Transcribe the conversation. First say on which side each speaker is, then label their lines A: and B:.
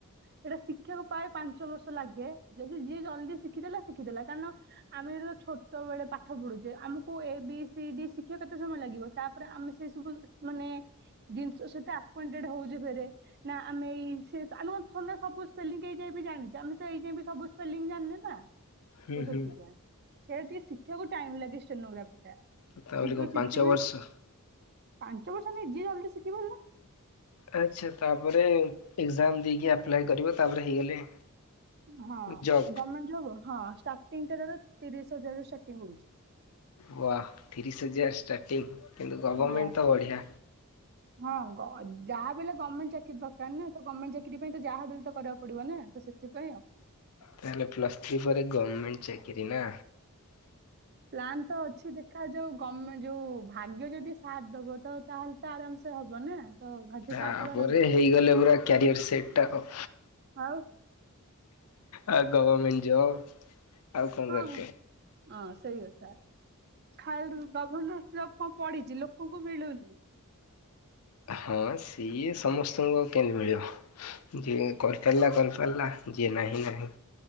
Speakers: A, on the right; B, on the left.
A: ସେଇଟା ଶିକ୍ଷାକୁ ପ୍ରାଏ ପାଞ୍ଚ ବର୍ଷ ଲାଗେ। ଯଦି ଯିଏ ଜଲ୍ଦି ଶିଖିଦେଲା ଶିଖିଦେଲା କାରଣ ଆମେ ଛୋଟ ବେଳେ ପାଠ ପଢୁଛେ ଆମକୁ ଏ ବି ସି ଡି ଶିକ୍ଷିବା କେତେ ସମୟ ଲାଗିବ ତାପରେ ଆମେ ସେ ସବୁ ମାନେ ଜିନିଷ ସହିତ ଆଣ୍ଟଡ ହଉଛି ଫରେ ନା ଆମେ ଏଇ ସେ ଆମେ କଣ ଥୋଡ଼ିନା ସବୁ ସ୍ପେଲିଙ୍ଗ ଏଇ ଯାଏଁ ବି ଜଣିଛେ ଆମେ ତ ଏଇ ଯାଏଁ ବି ସବୁ ସ୍ପେଲିଙ୍ଗ ଜାଣିନେ ନା।
B: ହୁଁ
A: ତ ସେଥିପାଇଁ
B: ହୁଁ।
A: ସେଟା ଟିକେ ଶିଖିବାକୁ ଟାଇମ ଲାଗେ ଷ୍ଟୋନୋଗ୍ରାଫି ଟା।
B: ତ ତା
A: କିନ୍ତୁ
B: ବୋଲି କଣ
A: ସେଥିପାଇଁ
B: ପାଞ୍ଚ ବର୍ଷ?
A: ପାଞ୍ଚ ବର୍ଷ ନାଇ ଯିଏ ଜଲଦି ଶିଖି ପାରିଲା।
B: ଆଚ୍ଛା ତାପରେ ଏକ୍ସାମ୍ ଦେଇକି ଆପ୍ଲାଏ କରିବ ତାପରେ ହେଇଗଲେ
A: ହଁ
B: ଜବ୍
A: ଗଭର୍ଣ୍ଣମେଣ୍ ଯୋବ, ହଁ ଷ୍ଟାର୍ଟିଂ ଟା ତାର ତିରିଶ ହଜାରରୁ ଷ୍ଟାର୍ଟିଂ ହୋଉଛି।
B: ୱା ତିରିଶ ହଜାର ଷ୍ଟାର୍ଟିଂ। କିନ୍ତୁ ଗଭର୍ଣ୍ଣମେଣ୍ଟ
A: ହଁ
B: ତ ବଢ଼ିଆ।
A: ହଁ ଯାହା ଲେ ଗଭର୍ଣ୍ଣମେଣ୍ ଚାକିରୀ ଦରକାର ନା ତ ଗଭର୍ଣ୍ଣମେଣ୍ ଚାକିରୀ ପାଇଁ ତ ଯାହାବି ହେଲେ ବି କରିବାକୁ ପଡିବ ନା ତ ସେଥିପାଇ ଆଉ।
B: ତାଲେ ପ୍ଲସ ଥ୍ରୀ ଫରେ ଗଭର୍ମେଟ ଚାକିରି ନା।
A: ପ୍ଲାନ୍ ତ ଅଛି ଦେଖା ଯୋଉ। କ ଯୋଉ ଭାଗ୍ୟ ଯଦି ସାଥ ଦବ ତ ତାହେଲେ ତ ଆରାମ ସେ ହବ ନା। ତ ଭାଗ୍ୟ
B: ତାପରେ
A: ସାଥ ଦବାର ଅଛି
B: ହେଇଗଲେ ପୁରା କ୍ୟାରିଅର ସେଟ ଟା।
A: ଆଉ
B: ଆ ଗଭର୍ମେଣ୍ଟ ଜବ ଆଉ କଣ
A: ହଁ
B: ଦରକାର।
A: ହଁ ହଁ ସେଇ କଥା <unintelligible> ଗଭର୍ଣ୍ଣର ଜବ କଣ ପଡିଚି ଲୋକଙ୍କୁ ମିଳୁନି।
B: ହଁ ସିଏ ସମସ୍ତଙ୍କୁ ଆଉ କେମିତି ମିଳିବ ଯିଏ କରିପାରିଲା କରିପାରିଲା। ଯିଏ ନାହିଁ ନାହିଁ।